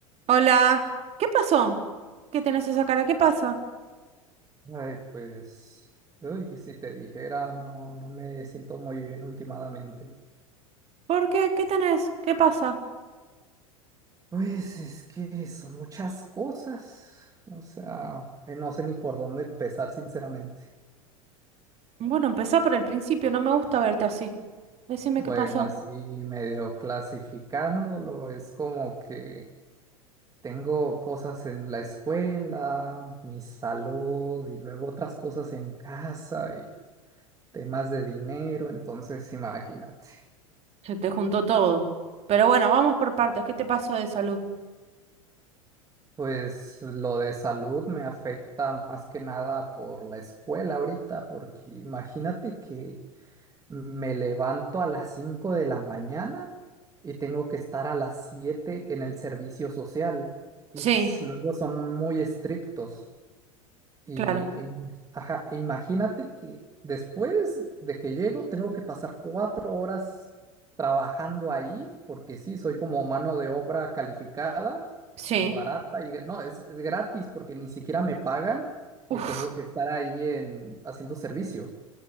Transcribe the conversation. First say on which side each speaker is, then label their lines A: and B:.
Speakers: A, on the right; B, on the right.
A: Hola, ¿qué pasó? ¿Qué tenés esa cara? ¿Qué pasa?
B: Ay, pues, uy, que si te dijera, no, no me siento muy bien últimamente.
A: ¿Por qué? ¿Qué tenés? ¿Qué pasa?
B: Pues es que son muchas cosas, o sea, ay, no sé ni por dónde empezar, sinceramente.
A: Bueno, empezá por el principio, no me gusta verte así. Decime
B: Bueno,
A: qué pasó.
B: así medio clasificándolo, es como que tengo cosas en la escuela, mi salud y luego otras cosas en casa y temas de dinero, entonces imagínate.
A: Se te juntó todo. Pero bueno, vamos por partes. ¿Qué te pasó de salud?
B: Pues lo de salud me afecta más que nada por la escuela ahorita, porque imagínate que me levanto a las 5 de la mañana y tengo que estar a las 7 en el servicio social y
A: Sí,
B: s- luego son muy estrictos. Y,
A: claro.
B: e- ajá, e imagínate que después de que llego tengo que pasar cuatro horas trabajando ahí, porque sí, soy como mano de obra calificada
A: Sí.
B: y barata, y no, es, es gratis porque ni siquiera me pagan
A: Uf,
B: y tengo que estar ahí en, haciendo servicio.